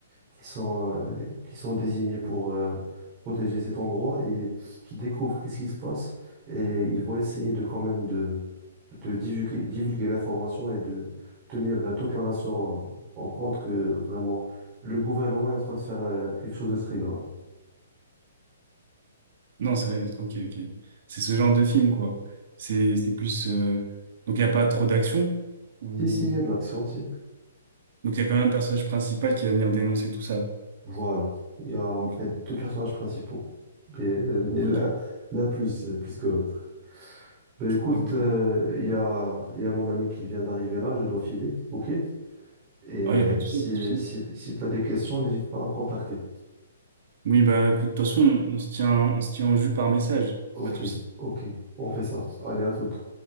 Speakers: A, on the right; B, on the right.
A: qui sont, euh, qui sont désignés pour euh, protéger cet endroit et qui découvrent qu'est-ce qui se passe. Et ils vont essayer de quand même de, de divulguer, divulguer l'information et de tenir euh, toute la nation en compte que vraiment le gouvernement est en train de faire euh, quelque chose de très grave.
B: Non, c'est vrai, ok, ok. C'est ce genre de film, quoi. C'est c'est plus. euh, Donc, il n'y a pas trop d'action, ou.
A: Si, si, il y a de l'action, si.
B: Donc, il y a quand même un personnage principal qui va venir dénoncer tout ça.
A: Voilà. Il y a en
B: Ok,
A: fait deux personnages principaux. Mais, euh, <laughs> mais l'un,
B: ok.
A: l'un plus, euh, plus que l'autre. Ben écoute,
B: ok.
A: euh, il y a, il y a mon ami qui vient d'arriver là, je dois filer, ok? Et euh,
B: ah Il n'y a pas de
A: si,
B: souci, y a pas de souci.
A: si, si tu as des questions, n'hésite pas à me contacter.
B: Oui, bah écoute, de toute façon, on, on se tient, on se tient au jus par message.
A: Ok,
B: Pas de souci.
A: ok, on fait ça. Allez, à toute.